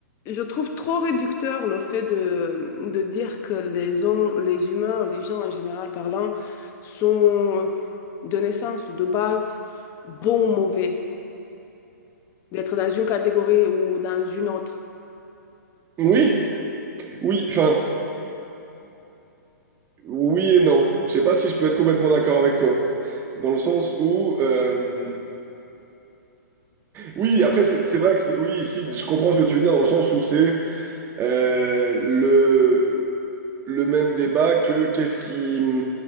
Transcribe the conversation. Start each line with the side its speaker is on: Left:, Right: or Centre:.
Left: Je trouve trop réducteur le fait de, de dire que les, hom- les humains, les gens en général parlant, sont de naissance ou de base bons ou mauvais, d'être dans une catégorie ou dans une autre.
Right: Oui, oui, enfin, oui et non. Je sais pas si je peux être complètement d'accord avec toi. Dans le sens où, euh, oui, après, c'est c'est vrai que c'est, oui, si, je comprends ce que tu veux dire, dans le sens où c'est euh, le, le même débat que qu'est-ce qui,